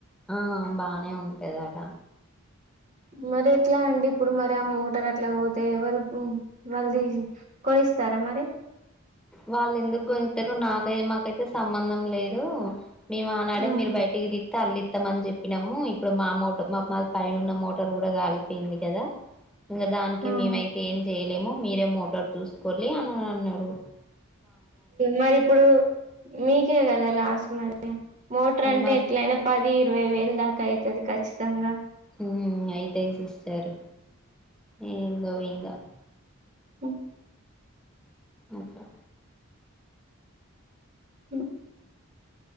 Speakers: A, in the centre; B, on the right (about 35°).
A: ఆ బానే ఉంటదట
B: మరి ఎట్లా అండి ఇప్పుడు మరి అ మోటార్ అట్లా పోతే ఎవరు వాళ్ల్ తీసి కొని స్తార మరి
A: వాళ్ళు ఎందుకు కొనిత్తరు నాకై మాకైతే సంబంధం లేదు మేము ఆనాడే
B: హ్మ్.
A: మీరు బయటికి తితే అల్లి త్తమని చెప్పినాము ఇప్పుడు మా మోటార్ మా మాది పైన ఉన్న మోటార్ కూడా కాలిపోయింది కదా ఇంగా దానికి
B: హ్మ్.
A: మేమైతే ఏం చేయలేము మీరే మోటార్ చూసుకోలి అని అన్ అన్నరు
B: మరి ఇప్పుడు మీకే కదా లాస్ మరి మోటార్ అంటే
A: మరి
B: ఎట్లైనా పది ఇరవై వేలు దాకా అయితది ఖచ్చితంగా
A: ఉమ్ అయితయి సిస్టర్ ఏందో ఇంగా
B: అ
A: ఇంకా
B: అ